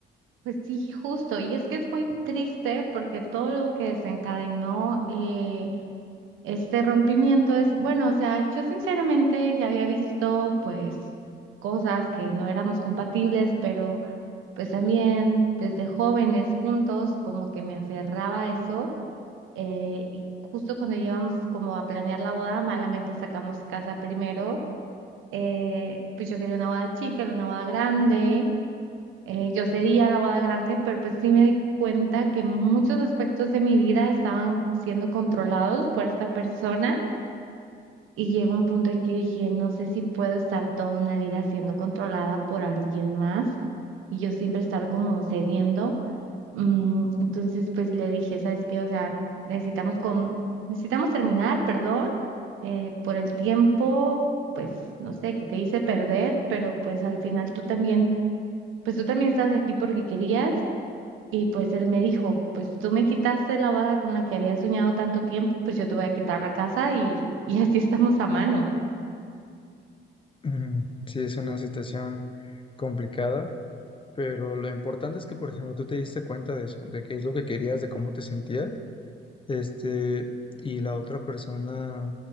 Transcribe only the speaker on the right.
Pues sí, justo. Y es que es muy triste porque todo lo que desencadenó eh, este rompimiento es, bueno, o sea, yo sinceramente ya había visto pues cosas que no éramos compatibles, pero... pues también desde jóvenes juntos, como que me aferraba a eso. eh, y justo cuando llevamos como a planear la boda, malamente sacamos casa primero. eh, pues yo quería una boda chica, era una boda grande. eh, yo cedía a la boda grande, pero pues sí me di cuenta que muchos aspectos de mi vida estaban siendo controlados por esta persona y llegó un punto en que dije, no sé si puedo estar toda una vida siendo controlada por alguien más y yo siempre estar como cediendo. Mm, entonces, pues le dije, ¿sabes qué? O sea, necesitamos con, necesitamos terminar, perdón, eh, por el tiempo, pues no sé, que te hice perder, pero pues al final tú también, pues tú también estás aquí porque querías. Y pues él me dijo, pues tú me quitaste la boda con la que había soñado tanto tiempo, pues yo te voy a quitar la casa y, y así estamos a mano.